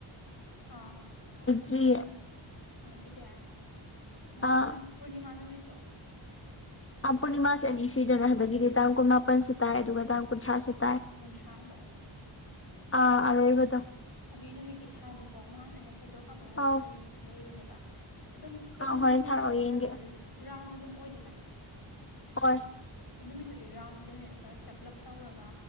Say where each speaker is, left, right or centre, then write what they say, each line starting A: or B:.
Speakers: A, on the left (about 50°); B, on the left (about 25°).
A: ꯑꯥꯎ
B: ꯍꯔꯤ
A: ꯍꯥꯏꯗ ꯅꯍꯥꯟ
B: ꯑꯥ
A: ꯄꯨꯔꯅꯤꯅꯤꯃꯥ ꯅꯨꯃꯤꯠꯇꯣ
B: ꯄꯨꯔꯅꯤꯃꯥꯁ ꯑꯅꯤ ꯁꯣꯏꯗꯅ ꯍꯥꯏꯕꯒꯤꯗꯤ ꯇꯥꯡꯛ ꯃꯥꯄꯟꯁꯨꯨ ꯇꯥꯏ ꯑꯗꯨꯒ ꯇꯥꯡꯟꯁꯨꯥꯏ
A: ꯀꯟꯗꯥꯗ
B: ꯑꯥ ꯑꯔ ꯏꯕꯗꯣ
A: ꯑꯗꯨꯏ ꯅꯨꯃꯤꯠꯀꯤ ꯊꯥꯗꯨꯀꯣ ꯅꯍꯥꯟ ꯑꯩꯅ ꯐꯣꯇꯣ ꯀꯥꯞꯄ ꯑꯣꯏꯔꯁꯨ
B: ꯑꯥꯎ
A: ꯂꯩꯕꯅꯦꯕ ꯑꯗꯨꯝ ꯄꯨꯔꯅꯤꯃꯥꯃꯤꯀꯩꯁꯤ
B: ꯑꯥ ꯍꯣꯔꯦꯟ ꯊꯥꯔꯛꯑꯣ ꯌꯦꯡꯒꯦ
A: ꯊꯥꯁꯦ ꯔꯥꯎꯟ ꯑꯗꯨꯝ ꯑꯣꯏꯗꯅ
B: ꯍ
A: ꯅꯨꯃꯤꯠꯇꯨꯗꯤ ꯔꯥꯎꯟ ꯑꯣꯏꯗꯣꯏꯅꯦꯕ ꯈꯔ ꯆꯞꯂꯞ ꯇꯧꯔꯒ